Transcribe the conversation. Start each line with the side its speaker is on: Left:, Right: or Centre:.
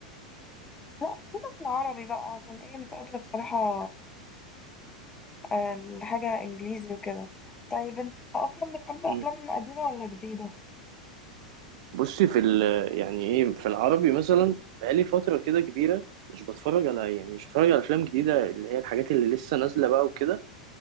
Left: لا خلينا في العربي بقى عشان ايه مش قادره بصراحه آه، لحاجه انجليزي وكده طيب انت اصلا بتحب افلام
Right: مم.
Left: قديمه ولا جديده
Right: بصي في ال يعني ايه في العربي مثلا بقالي فتره كده كبيره مش بتفرج على يعني مش بتفرج على افلام جديده اللي هي الحاجات اللي لسه نازله بقى وكده